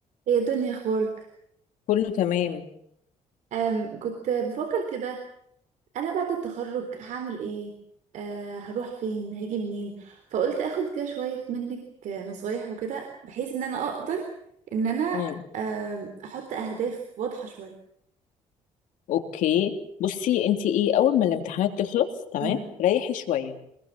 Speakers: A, on the right; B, on the left.
A: هي دنيا اخبارك
B: كله تمام
A: أم كنت بفكر كده انا بعد التخرج هعمل ايه أه هروح فين هاجي منين فقلت اخد كده شوية منك آه، نصايح وكده بحيث ان انا اقدر ان انا
B: مم.
A: آم، احط اهداف واضحة شوية
B: اوكي بصي انت ايه اول ما الامتحانات تخلص تمام
A: امم
B: ريحي شويه